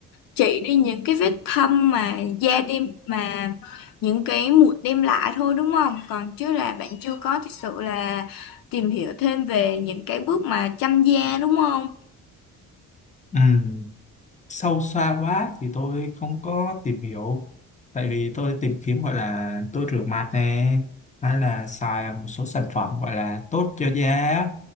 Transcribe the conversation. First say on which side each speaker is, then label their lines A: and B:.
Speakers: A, on the left (about 70°); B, on the left (about 20°).
A: chỉ đi những cái vết thâm mà da đem mà những cái mụn đem lại thôi đúng không? Còn chứ là bạn chưa có thực sự là tìm hiểu thêm về những cái bước mà chăm da đúng không?
B: ừ. sâu xa quá thì tôi không có tìm hiểu tại vì tôi tìm kiếm gọi là tôi rửa mặt nè hay là xài một số sản phẩm gọi là tốt cho da